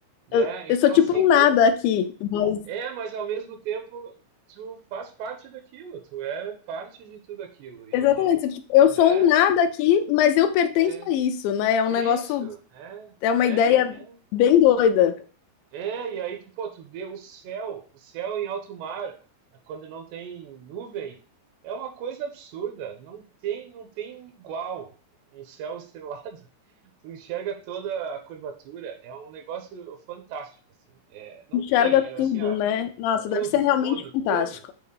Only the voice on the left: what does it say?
Eu, eu
sou tipo
um
nada aqui, mas.
Exatamente, tipo,
eu
sou um nada aqui, mas eu pertenço
a isso, né? É
um negócio,
é uma
ideia
bem doida.
Enxerga
tudo,
né? Nossa,
deve ser realmente
fantástico.